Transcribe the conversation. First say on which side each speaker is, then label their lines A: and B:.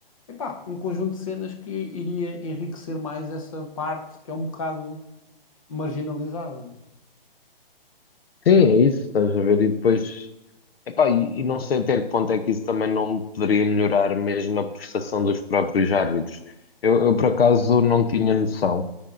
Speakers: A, on the left (about 35°); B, on the left (about 75°).
A: Epá, um conjunto de cenas que iria enriquecer mais essa parte que é um bocado marginalizada, né?
B: sim, é isso, estás a ver? E depois, epá, e, e não sei até que ponto é que isso também não poderia melhorar mesmo a prestação dos próprios árbitros. Eu, eu por acaso não tinha noção,